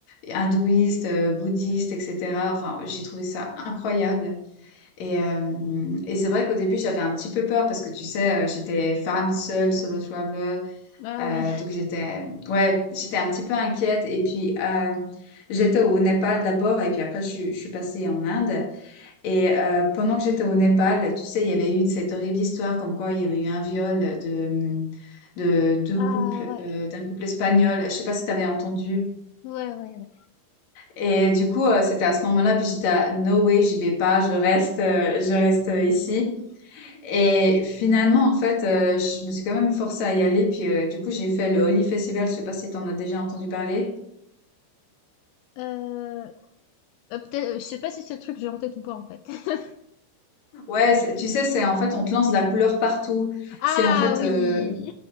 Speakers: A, on the left; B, on the left.
A: hindouiste, heu, bouddhiste et cetera. Enfin, j'ai trouvé ça incroyable et hem et c'est vrai qu'au début, j'avais un petit peu peur parce que tu sais, heu, j'étais femme seule, solo traveler
B: Bah
A: euh,
B: oui.
A: donc j'étais, ouais, j'étais un petit peu inquiète. Et puis euh, j'étais au Népal d'abord, et puis après je, suis- je suis passée en Inde. Et euh, pendant que j'étais au Népal, tu sais, il y avait eu cette horrible histoire comme quoi il y avait eu un viol de de deux
B: Ah
A: couples,
B: ouais.
A: euh, d'un couple espagnol. Je sais pas si tu avais entendu.
B: Ouais, ouais, ouais.
A: Et du coup, euh, c'était à ce moment-là, puis j'étais à no way, j'y vais pas, je reste, euh, je reste euh, ici. Et finalement, en fait, euh, je me suis quand même forcée à y aller. Puis euh, du coup, j'ai fait le Holi Festival. Je sais pas si tu en as déjà entendu parler.
B: Euh, euh, peut-être, euh, je sais pas si c'est le truc que j'ai en tête ou pas en fait. <laughs>
A: Ouais, c'est- tu sais, c'est en fait, on te lance de la couleur partout.
B: Ah
A: C'est en fait,
B: oui,
A: euh,